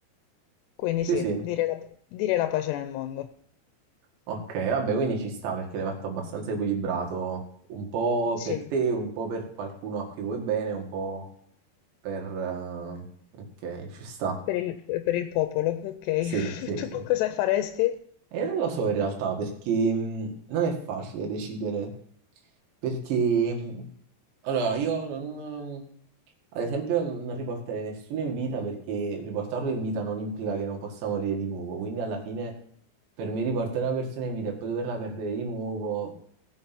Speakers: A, on the left; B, on the right.
A: Quindi
B: sì,
A: sì,
B: sì.
A: dire la, dire la pace nel mondo.
B: Ok, vabbè, quindi ci sta perché l'hai fatto abbastanza equilibrato, un po'
A: Sì,
B: per te, un po' per qualcuno a cui vuoi bene, un po' per... eh, Ok, ci sta.
A: per il, per il popolo, ok.
B: Sì, sì,
A: <laughs> Tu
B: sì.
A: che cosa faresti?
B: E non lo so in realtà perché mh, non è facile decidere perché mh, Allora, io non... Ad esempio non non riporterei nessuno in vita perché riportarlo in vita non implica che non possa morire di nuovo, quindi alla fine per me riportare una persona in vita e poi doverla perdere di nuovo